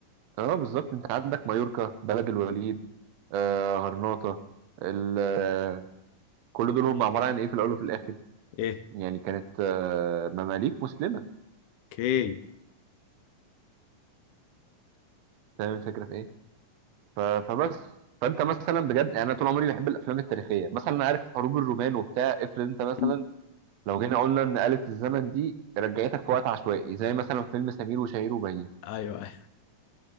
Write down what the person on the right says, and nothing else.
اه بالظبط انت عندك مايوركا بلد الوليد آه غرناطه ال- <laughs> آه، كل دول هم عباره عن ايه في الاول وفي الاخر
يعني كانت آه مماليك مسلمه
فاهم الفكره في ايه ف- فبس فانت مثلا بجد يعني انا طول عمري بحب الافلام التاريخيه مثلا انا عارف حروب الرومان وبتاع افرض انت مثلا
لو جينا قلنا ان آلة الزمن دي رجعتك في وقت عشوائي زي مثلا فيلم سمير وشهير وبهير